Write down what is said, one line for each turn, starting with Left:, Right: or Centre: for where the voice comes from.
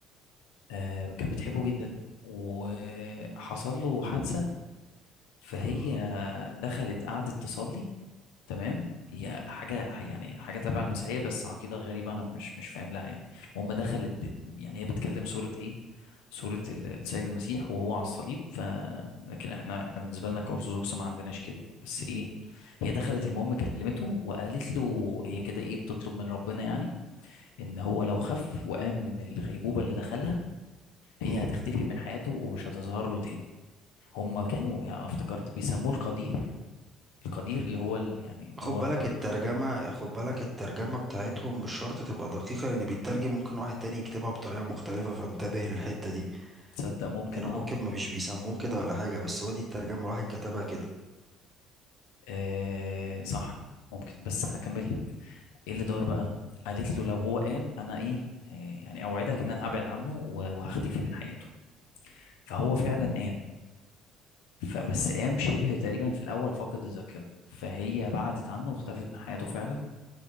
Left: آه، كانت بتحبه جدا وحصل له حادثه فهي
Right: مم.
Left: دخلت قعدت تصلي تمام هي حاجة يعني حاجة تبع المسيحية بس عقيدة غريبة أنا مش مش فاهم لها يعني المهم دخلت بت يعني هي بتكلم سورة إيه؟ سورة ال- السيد المسيح وهو على الصليب ف لكن إحنا إحنا بالنسبة لنا كأرثوذكس ما عندناش كده يعني بس إيه هي دخلت المهم كلمته وقالت له هي كده إيه بتطلب من ربنا يعني إن هو لو خف وقام من الغيبوبة اللي دخلها
Right: مم.
Left: هي هتختفي من حياته ومش هتظهر له تاني هما كانوا يعني افتكرت بيسموه القدير القدير اللي هو ال- يعني اللي
Right: خد
Left: هو
Right: بالك
Left: ربنا
Right: الترجمة خد بالك الترجمة بتاعتهم مش شرط تبقى دقيقة لأن بيترجم ممكن واحد تاني يكتبها بطريقة مختلفة فانتبه للحتة دي
Left: تصدق ممكن
Right: يعني هو
Left: اه
Right: ممكن ما مش بيسموه كده ولا حاجة بس هو دي الترجمة الواحد كتبها كده
Left: آه، صح ممكن بس هكمل لك ايه اللي دار بقى قالت له لو هو قام انا ايه آه، يعني اوعدك ان انا هبعد عنه و- وهختفي من حياته فهو فعلا قام فبس
Right: مم.
Left: قام شبه تقريبا في الاول فاقد الذاكره فهي بعدت عنه واختفت من حياته فعلا